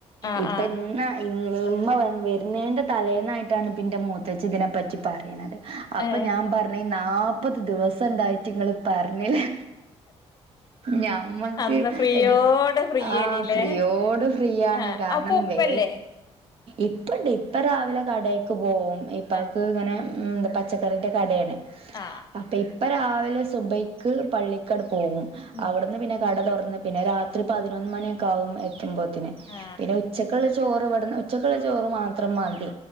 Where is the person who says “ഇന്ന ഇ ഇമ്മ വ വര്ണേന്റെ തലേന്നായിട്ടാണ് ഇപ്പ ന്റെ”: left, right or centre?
Right